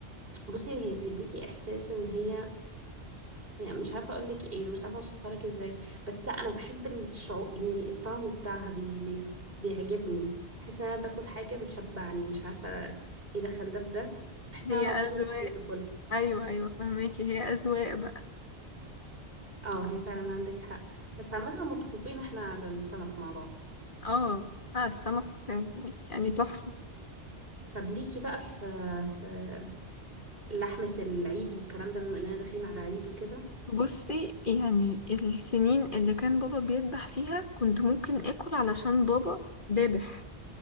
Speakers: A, on the right; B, on the left.
A: بصي هي بتديكي احساس ان هي يعني مش عارفة اقول لك ايه مش عارفة اوصفها لك ازاي بس لا انا بحب الشعور يعني الطعم بتاعها بي بي بيعجبني بحس ان انا باكل حاجة بتشبعني مش عارفة ايه دخل ده في ده بس بحس
B: هي
A: ان انا
B: أذواق
A: مبسوطة وانا باكلها
B: أيوة أيوة فهماكي هي أذواق بقى
A: اه هي فعلا عندك حق بس عامة متفقين احنا على السمك مع بعض
B: اه آه، السمك يعني تحفة
A: طب ليكي بقى في في لحمة العيد والكلام ده بما اننا داخلين على عيد وكده
B: بصي يعني السنين اللي كان بابا بيذبح فيها كنت ممكن آكل علشان بابا ذابح